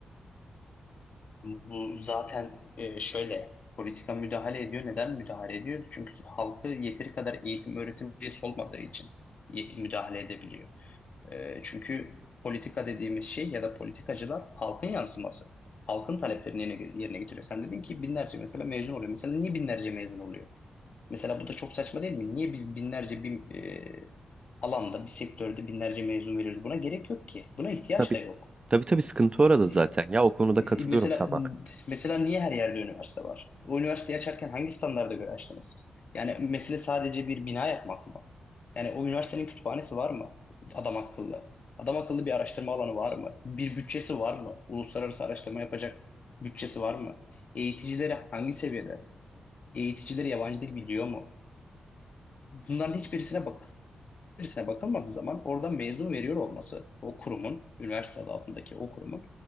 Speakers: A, on the left; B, on the right.
A: Bu zaten e, şöyle politika müdahale ediyor. Neden müdahale ediyoruz? Çünkü halkı yeteri kadar eğitim öğretim üyesi olmadığı için ye- müdahale edebiliyor. E, çünkü politika dediğimiz şey ya da politikacılar halkın yansıması. Halkın taleplerini yerine, yerine getiriyor. Sen dedin ki binlerce mesela mezun oluyor. Mesela niye binlerce mezun oluyor? Mesela bu da çok saçma değil mi? Niye biz binlerce bir e, alanda, bir sektörde binlerce mezun veriyoruz? Buna gerek yok ki. Buna ihtiyaç
B: Tabii.
A: da yok.
B: Tabii tabii sıkıntı orada
A: Ee,
B: zaten. Ya o konuda katılıyorum
A: mesela
B: tamamen.
A: mesela niye her yerde üniversite var? O üniversiteyi açarken hangi standarda göre açtınız? Yani mesele sadece bir bina yapmak mı? Yani o üniversitenin kütüphanesi var mı? Adam akıllı. Adam akıllı bir araştırma alanı var mı? Bir bütçesi var mı? Uluslararası araştırma yapacak bütçesi var mı? Eğiticileri hangi seviyede? Eğiticileri yabancı dil biliyor mu? Bunların hiçbirisine bakın içerisine bakılmadığı zaman oradan mezun veriyor olması o kurumun, üniversite adı altındaki o kurumun